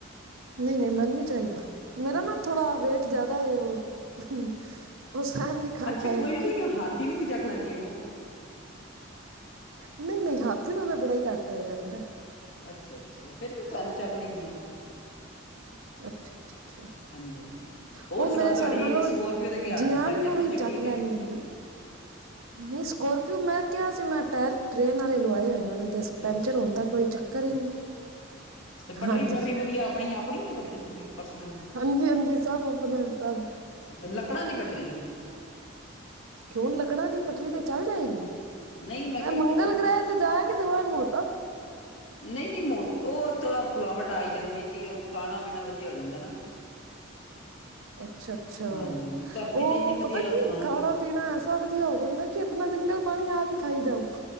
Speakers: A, on the right (about 85°); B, on the left (about 70°).
A: ਨਹੀਂ ਨਹੀਂ ਮੈਨ ਨੀ ਚਾਹੀਦਾ ਮੇਰਾ
B: ਅੱਛਾ
A: ਨਾ ਥੋੜਾ ਵੇਟ ਜ਼ਿਆਦਾ ਹੈ ਉਹ ਉਹ ਸਹਿਣ ਨਹੀਂ ਕਰ
B: ਅੱਛਾ
A: ਪਾਏਗਾ
B: ਕੋਈ ਨੀ ਕੋਈ ਨੀ ਹਾਥੀ ਨੂੰ ਵੀ ਚੱਕ ਲੈਂਦੀ ਹੈਨੂੰ।
A: ਨਹੀਂ ਨਹੀਂ ਹਾਥੀ ਦਾ ਤਾਂ ਬੜਾ ਹੀ ਘੱਟ ਹੋਏਗਾ ਫਿਰ।
B: ਅੱਛਾ ਅੱਛਾ ਫਿਰ ਤੇ ਤੁਹਾਨੂੰ ਚੱਕ ਲੈਂਗੀਆਂ।
A: ਅੱਛਾ, ਅੱਛਾ, ਅੱਛਾ।
B: ਹਾਂਜੀ ਹਾਂਜੀ ਹੋਰ
A: ਉਹ
B: ਸੁਣਾਓ
A: ਮੇਰੇ ਹਿਸਾਬ
B: ਤੁਹਾਡੀ
A: ਨਾਲ ਉਹ
B: ਸਕੋਰਪੀਓ ਦੇ ਕੀ ਹਾਲ
A: ਜਿਆਨ
B: ਨੇ ਪੈਂਚਰ
A: ਨੂੰ
B: ਪੂਚਰ
A: ਵੀ ਚੱਕ
B: ਠੀਕ
A: ਲੈਂਦੀਆਂ
B: ਹੈ। ਹ
A: ਨੇ ਨਾ ਨਹੀਂ ਸਕੋਰਪੀਓ ਮੈਂ ਕਿਹਾ ਸੀ ਮੈਂ ਟਾਇਰ ਟ੍ਰੇਨ ਵਾਲੇ ਲਵਾਏ ਹੋਏ। ਉਹਦੇ ਤੇ
B: ਅੱਛਾ
A: ਪੈਂਚਰ
B: ਅੱਛਾ
A: ਹੋਣ ਦਾ ਕੋਈ ਚੱਕਰ
B: ਅੱਛਾ
A: ਹੀ
B: ਅੱਛਾ
A: ਨਹੀਂ।
B: ਤੇ ਪਟਰੀ
A: ਹਾਂਜੀ
B: ਪੁਟਰੀ ਵਧੀਆ ਆਪਣੀ ਆਪਣੀ ਹੈ ਪੱਟਰੀ ਪੁਟਰੀ ਪਰਸਨਲ।
A: ਹਾਂਜੀ ਹਾਂਜੀ ਸਭ ਆਪਣੇ ਸਭ।
B: ਅੱਛਾ ਲੱਕੜਾਂ ਦੀ ਪਟਰੀ ਹੈ ।
A: ਕਿਉ ਲੱਕੜਾਂ ਦੀ ਪਟਰੀ ਤੇ ਚੱਲ ਜਾਏਗੀ ਉਹ
B: ਨਹੀਂ
A: ਮੈਂ
B: ਕਿਹਾ
A: ਮੰਗਲ
B: ਕਿੱਥੇ
A: ਗ੍ਰਹਿ ਤੇ ਜਾ ਕੇ ਦਵਾਂਗੇ ਮੋ।
B: ਨਹੀਂ ਨਹੀਂ ਮੋਟ ਉਹਥੋੜਾ ਫੁਲਾਵਟ ਆਈ ਜਾਂਦੀ ਹੈ ਜੀ ਉਹ ਖਾਣਾ ਪੀਣਾ ਵਧੀਆ ਹੋ ਜਾਂਦਾ ਨਾ
A: ਅੱਛਾ ਅੱਛਾ
B: ਹਾਂਜੀ ਹਾਂਜੀ ਧਰਤੀ
A: ਉਹ
B: ਤੇ ਇੰਨੀ ਵਧੀਆ
A: ਪਤਾ ਕੀ
B: ਖਾਣ
A: ਖਾਣਾ
B: ਪੀਣ ਕਿੱਥੇ।
A: ਪੀਣਾ ਐਸਾ ਵਧੀਆ ਹੋ ਜਾਂਦਾ ਕਿ ਆਪਣਾ ਜੰਗਲ ਪਾਣੀ ਆਪ ਹੀ ਖਾਈ ਜਾਓ